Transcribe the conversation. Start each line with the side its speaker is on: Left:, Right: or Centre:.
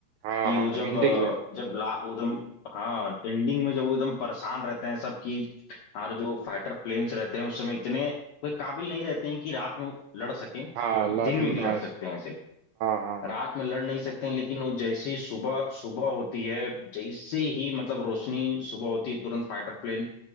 Right: हाँ
Left: कि वो जब
Right: एंडिंग
Left: अ,
Right: में
Left: जब ला वो एकदम हाँ एंडिंग में जब वो एकदम परेशान रहते हैं सब कि हमारे जो फाइटर प्लेन्स रहते हैं उस समय इतने कोई काबिल नहीं रहते हैं कि रात में लड़ सकें
Right: हाँ लात
Left: दिन
Right: हाँ
Left: में ही लड़ सकते हैं सिर्फ
Right: हाँ
Left: रात
Right: हाँ
Left: में लड़ नहीं सकते हैं लेकिन वो जैसे ही सुबह सुबह होती है जैसे ही मतलब रोशनी सुबह होती है तुरंत फाइटर प्लेन